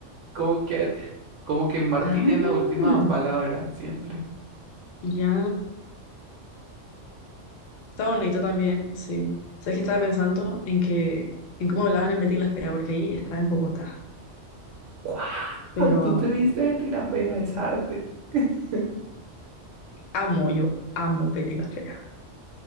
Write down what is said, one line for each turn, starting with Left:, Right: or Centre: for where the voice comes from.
Right: como que, como que martillan
Left: Ah,
Right: la última palabra siempre.
Left: ya. Está bonito también, sí. Sabes que estaba pensando en que, en cómo hablaban en Betty la Fea, porque ahí estaba en Bogotá.
Right: ¡Wow!
Left: Pero
Right: Tú te viste de tira fea, es arte. <laughs>
Left: amo, yo amo Betty la Fea.